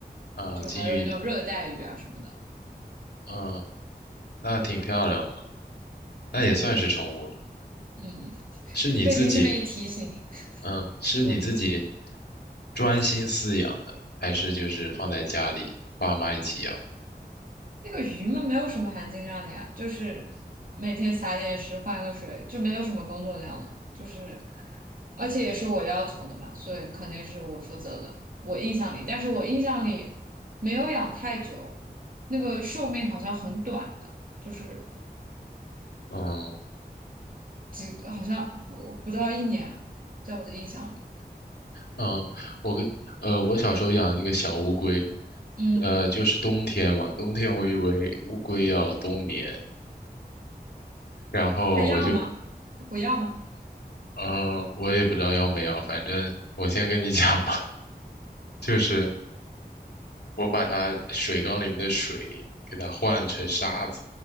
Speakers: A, on the left (about 85°); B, on the right (about 55°).
A: 啊，
B: 就还有那种热带鱼啊什么的。
A: 金鱼，嗯，那挺漂亮的，那也算是宠物了，
B: 嗯，一嗯，
A: 是你自己。
B: 被你这么一提醒，
A: 嗯，
B: <laughs>
A: 是你自己
B: 嗯。
A: 专心饲养的，还是就是放在家里爸妈一起养？
B: 那个鱼嘛，没有什么含金量的呀，就是每天撒点食，换个水，就没有什么工作量了。就是，而且也是我要求的嘛，所以肯定是我负责的。我印象里，但是我印象里没有养太久，那个寿命好像很短的，就是
A: 嗯
B: 几，好像不不到一年啊，在我的印象里。
A: 嗯，我跟呃，我小时候养那个小乌龟，
B: 嗯，
A: 呃，就是冬天嘛，冬天我以为乌龟要冬眠，然后我就
B: 还要吗？不要吗？
A: 嗯，我也不知道要没有，反正我先跟你讲吧，<laughs> 就是我把它水缸里面的水给它换成沙子，